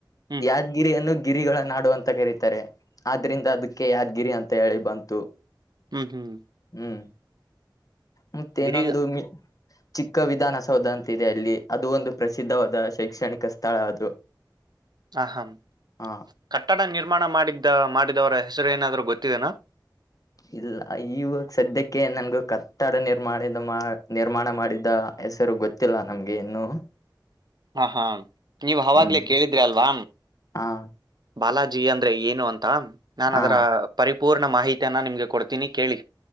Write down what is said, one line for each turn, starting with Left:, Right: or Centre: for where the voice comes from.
Right: ಹ್ಮ್
Left: ಯಾದ್ಗಿರಿ ಅನ್ನು ಗಿರಿಗಳ ನಾಡು ಅಂತ ಕರತಾರೆ ಆದ್ರಿಂದ ಅದಕ್ಕೆ ಯಾದ್ಗಿರಿ ಅಂತ ಹೇಳಿ ಬಂತು
Right: ಹ್ಮ್ ಹ್ಮ್
Left: ಹ್ಮ್ ಮತ್ತೇನೊಂದು
Right: ಗಿರಿ
Left: ಮ ಚಿಕ್ಕ ವಿಧಾನಸೌಧ ಅಂತ ದೆ ಅಲ್ಲಿ ಅದು ಒಂದು ಪ್ರಸಿದ್ಧವಾದ ಶೈಕ್ಷಣಿಕ ಸ್ಥಳ ಅದು
Right: ಆ ಹ
Left: ಹಾ
Right: ಕಟ್ಟಡ ನಿರ್ಮಾಣ ಮಾಡಿದ್ದ ಮಾಡಿದವ್ರೆ ಹೆಸರು ಏನಾದ್ರು ಗೊತ್ತಿದೆನಾ
Left: ಇಲ್ಲ ಇವಾಗ ಸದ್ಯಕ್ಕೆ ನಂಗೂ ಕಟ್ಟಡ ನಿರ್ಮಾಣಿದ ಮಾ ನಿರ್ಮಾಣ ಮಾಡಿದ ಹೆಸರು ಗೊತ್ತಿಲ್ಲ ನಮ್ಗೆ ಇನ್ನು
Right: ಹಾ ಹಾ ನೀವ್ ಹಾವಾಗ್ಲೆೇ
Left: ಹ್ಮ್
Right: ಕೇಳಿದ್ರಿ ಅಲ್ವಾ
Left: ಹಾ
Right: ಬಾಲಾಜಿ ಅಂದ್ರೆ ಏನು ಅಂತ ತ ನನ್
Left: ಹಾ
Right: ಅದರ ಪರಿ ಪೂರ್ಣ ಮಾಹಿತಿಯನ್ನ ನಿಮಗೆ ಕೊಡ್ತೀನಿ ಕೇಳಿ